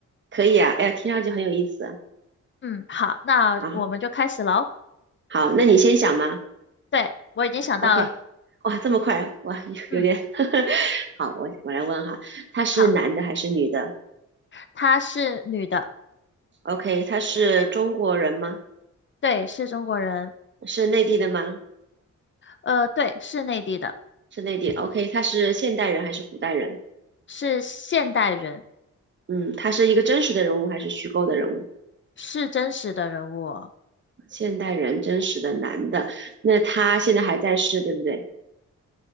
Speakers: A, on the right (about 40°); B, on the left (about 40°).
A: 可以啊。哎呀，听上去很有意思啊。
B: 嗯，好，那我们就开始喽。
A: 好，好，那你先想嘛。
B: 对，我已经想到了。
A: OK，哇，这么快，哇，有有点。
B: 嗯，
A: <laughs> 好，我我来问哈，他是男的还是女的
B: 好，她是女的，
A: ？OK，他是中国人吗？
B: 对，是中国人，
A: 是内地的吗？
B: 呃，对，是内地的，
A: 是内地。OK，他是现代人还是古代人？
B: 是现代人，
A: 嗯，他是一个真实的人物还是虚构的人物？
B: 是真实的人物哦
A: 现代人，真实的男的。那他现在还在世，对不对？